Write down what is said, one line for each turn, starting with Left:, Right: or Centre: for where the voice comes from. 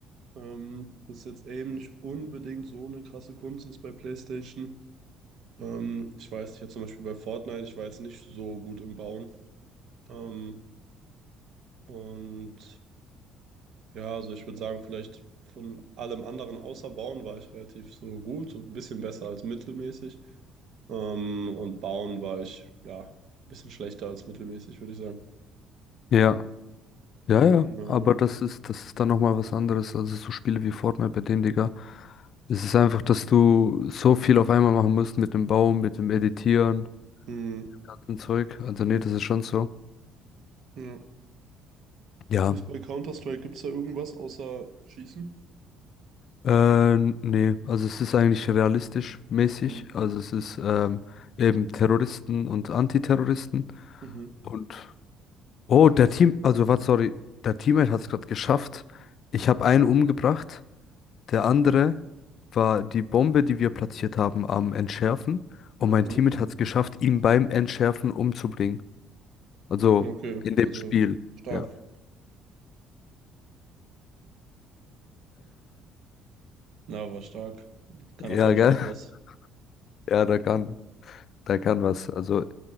Right: Ähm, dass jetzt Aim nicht unbedingt so eine krasse Kunst ist bei PlayStation. Ähm, ich weiß nicht, ja, zum Beispiel bei Fortnite, ich war jetzt nicht so gut im Bauen. Ähm, und ja, also ich würde sagen, vielleicht von allem anderen außer Bauen war ich relativ so gut, so ein bisschen besser als mittelmäßig. Ähm, und Bauen war ich, ja, ein bisschen schlechter als mittelmäßig, würde ich sagen.
Left: Ja, ja, ja,
Right: Äh,
Left: aber das ist, das ist dann nochmal was anderes. Also so Spiele wie Fortnite bei denen, Digga. Es ist einfach, dass du so viel auf einmal machen musst mit dem Baum, mit dem Editieren.
Right: hm,
Left: Kartenzeug, Also nee, das ist schon so.
Right: ja.
Left: Ja.
Right: Wie ist bei Counter-Strike? Gibt es da irgendwas außer Schießen?
Left: Äh, nee, also es ist eigentlich realistisch mäßig.
Right: Hm,
Left: Also es ist ähm, eben Terroristen und Antiterroristen.
Right: Mhm,
Left: Und oh, der Team, also was, sorry, der Teammate hat es gerade geschafft. Ich habe einen umgebracht. Der andere war die Bombe, die wir platziert haben, am Entschärfen. Und mein
Right: mhm.
Left: Teammate hat es geschafft, ihn beim Entschärfen umzubringen. Also
Right: Okay,
Left: in dem
Right: also
Left: Spiel.
Right: stark.
Left: Ja.
Right: Na, war stark. Kann
Left: Ja,
Right: er vielleicht
Left: gell?
Right: doch was.
Left: <laughs> Ja, da kann, da kann was. Also